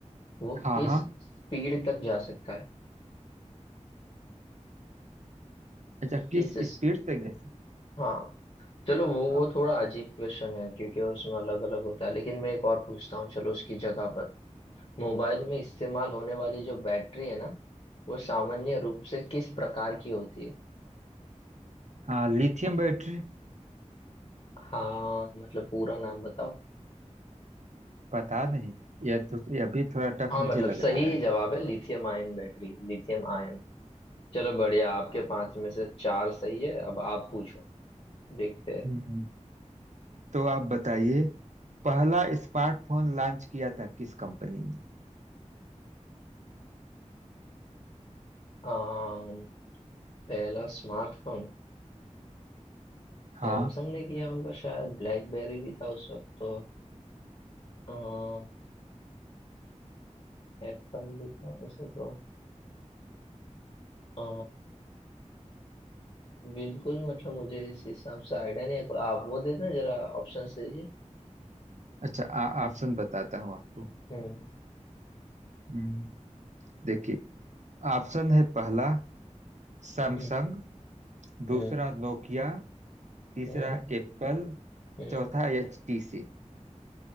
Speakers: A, on the left (about 50°); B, on the right (about 70°).
A: वो
B: हाँ
A: किस
B: हाँ
A: स्पीड तक जा सकता है
B: अच्छा
A: किस
B: किस स्पीड तक जैसे
A: हाँ चलो वो वो
B: आप
A: थोड़ा अजीब क्वेश्चन है क्योंकि उसमें अलग अलग होता है लेकिन मैं एक और पूछता हूँ चलो उसकी जगह पर मोबाइल में इस्तेमाल होने वाली जो बैटरी है ना वो सामान्य रूप से किस प्रकार की होती है
B: हाँ लिथियम बैटरी
A: हाँ मतलब पूरा नाम बताओ
B: पता नहीं यह तो यह भी थोड़ा टफ
A: हाँ
B: मुझे
A: मतलब
B: लग
A: सही
B: रहा है
A: जवाब है lithium ion battery lithium ion चलो बढ़िया आपके पांच में से चार सही है अब आप पूछो देखते हैं
B: हम्म तो आप बताइए पहला स्मार्टफोन लॉन्च किया था किस कंपनी ने
A: आम, पहला स्मार्टफोन
B: हाँ
A: सैमसंग ने किया होगा शायद ब्लैकबेरी भी था उस वक्त तो एप्पल भी था उसे तो अ, बिल्कुल मतलब मुझे इस हिसाब से आइडिया नहीं है कोई- आप वो दे देना जरा ऑप्शंस दीजिए
B: अच्छा आ- ऑप्शन बताता हूँ आपको
A: हम्म
B: हम्म देखिए ऑप्शन है पहला सैमसंग
A: हम्म हम्म
B: दूसरा नोकिया तीसरा
A: हम्म
B: एप्पल
A: हम्म।
B: चौथा एचटीसी